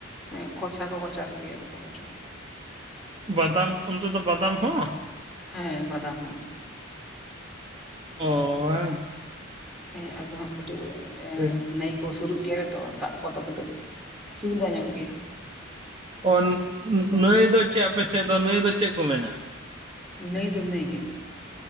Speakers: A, in the centre; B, on the right.
A: ᱦᱮᱸ ᱠᱚᱥᱟ ᱠᱚᱠᱚ ᱪᱟᱥ ᱜᱮᱭᱟ ᱚᱠᱟ ᱠᱚᱪᱚᱝ᱾
B: ᱵᱟᱫᱟᱢ ᱚᱱᱛᱮ ᱫᱚ ᱵᱟᱫᱟᱢ ᱦᱚᱸ᱾
A: ᱦᱮᱸ, ᱵᱟᱫᱟᱢ ᱦᱚᱸ᱾
B: ᱚ᱾ ᱠᱚᱣᱟ
A: ᱦᱮᱸ ᱟᱞᱮ ᱫᱚ ᱦᱟᱸᱜ ᱠᱟᱴᱩ ᱮᱸ
B: ᱴᱷᱤᱠ
A: ᱱᱟᱹᱭ ᱠᱚ ᱥᱩᱨᱩᱜ ᱜᱮᱭᱟᱞᱮ ᱛᱚ ᱫᱟᱜ ᱠᱚᱫᱚ, ᱠᱟᱹᱴᱤᱡ ᱥᱩᱵᱤᱫᱟ ᱧᱚᱜ ᱜᱮᱭᱟ ᱾
B: ᱚ ᱱᱤ-ᱱᱤ-ᱱᱟᱹᱭ ᱫᱚ ᱪᱮ ᱟᱯᱮ ᱥᱮ ᱫᱚ ᱱᱟᱹᱭ ᱫᱚ ᱪᱮᱜ ᱠᱚ ᱢᱮᱱᱟ?
A: ᱱᱟᱹᱭ ᱫᱚ ᱱᱟᱹᱭ ᱜᱮ,